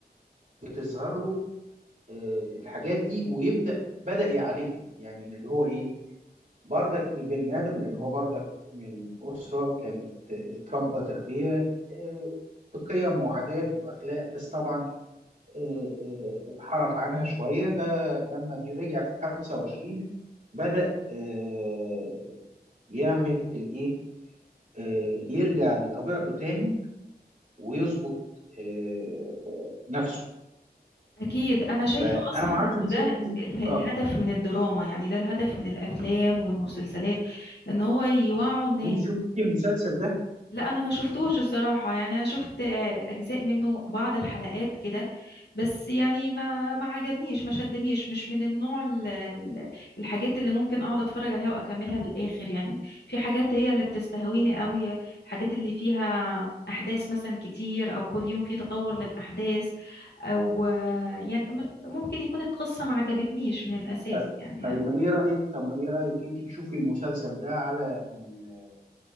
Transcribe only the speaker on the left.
أكيد أنا شايفة
أصلا
إن ده
ال-
الهدف من الدراما يعني ده الهدف من الأفلام والمسلسلات إن هو يوعوا الناس
لا انا ما شفتوش الصراحه يعني انا شفت آه، اجزاء منه بعض الحلقات كده بس يعني ما ما عجبنيش ما شدنيش مش من النوع ال- ال- الحاجات اللي ممكن اقعد اتفرج عليها واكملها للاخر يعني في حاجات هي اللي بتستهويني قوي الحاجات اللي فيها احداث مثلا كتير او كل يوم في تطور للاحداث او آه، يعني م- ممكن يكون القصه ما عجبتنيش من الاساس
يعني